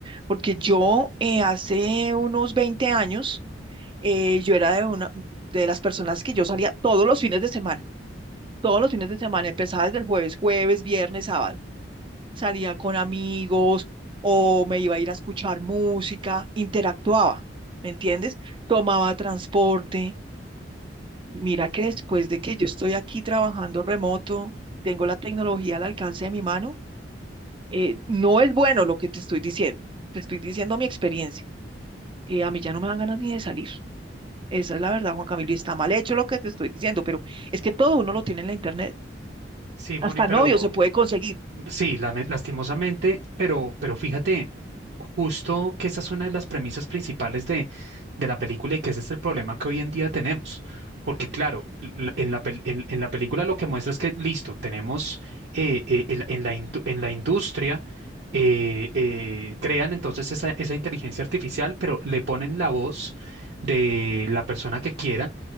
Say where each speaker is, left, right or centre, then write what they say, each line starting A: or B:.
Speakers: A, on the right; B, on the right.
A: porque yo eh, hace unos 20 años, eh, yo era de, una, de las personas que yo salía todos los fines de semana. todos los fines de semana, empezaba desde el jueves, jueves, viernes, sábado. Salía con amigos o me iba a ir a escuchar música, interactuaba, ¿me entiendes? Tomaba transporte. Mira que después de que yo estoy aquí trabajando remoto, tengo la tecnología al alcance de mi mano, eh, no es bueno lo que te estoy diciendo, te estoy diciendo mi experiencia. Eh, a mí ya no me dan ganas ni de salir. Esa es la verdad, Juan Camilo, y está mal hecho lo que te estoy diciendo, pero es que todo uno lo tiene en la internet.
B: Sí, Moni,
A: Hasta
B: pero
A: novio se puede conseguir.
B: Sí, lame- lastimosamente, pero, pero fíjate, justo que esa es una de las premisas principales de, de la película y que ese es el problema que hoy en día tenemos. Porque claro, l- en la, pel- en, en la película lo que muestra es que, listo, tenemos eh, eh, en, la, en la indu- en la industria, eh, eh, crean entonces esa, esa inteligencia artificial, pero le ponen la voz de la persona que quiera